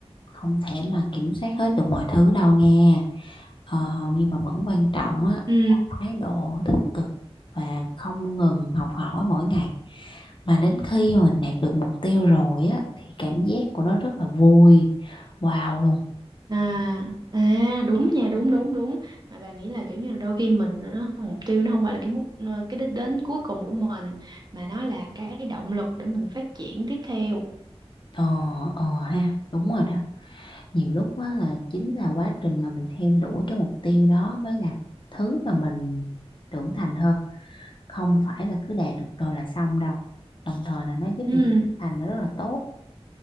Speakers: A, on the left; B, on the right.
A: không thể mà kiểm soát hết được mọi thứ đâu nghe Ờ, nhưng mà vẫn quan trọng á
B: Ừ.
A: thái độ tích cực và không ngừng học hỏi mỗi ngày mà đến khi mà mình đạt được mục tiêu rồi á thì cảm giác của nó rất là vui wow luôn
B: À, à đúng nha, đúng đúng đúng. Mà bà nghĩ là kiểu như là đôi khi mình nó mục tiêu nó không phải là cái mục cái đích đến cuối cùng của mình mà nó là cái động lực để mình phát triển tiếp theo.
A: Ờ, ờ ha, đúng rồi đó. Nhiều lúc á là chính là quá trình mà mình theo đuổi cái mục tiêu đó mới là thứ mà mình trưởng thành hơn. Không phải là cứ đạt được rồi là xong đâu. Đồng thời là nó giúp
B: Ừ.
A: mình thành nó rất là tốt.